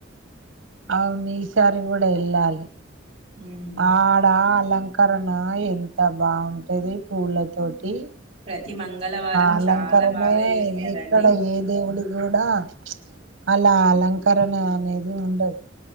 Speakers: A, on the right; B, on the right.
A: అవును ఈసారి కూడా వెళ్ళాలి
B: హ్మ్
A: ఆడా అలంక్ కరణ ఎంత బాగుంటుంది పూల తోటి
B: ప్రతి మంగళవారం
A: అలంకరణే
B: చాలా బాగా చేస్తారండి
A: ఇక్కడ ఏ దేవుడి కూడా అలా అలంకరణ అనేది ఉండదు.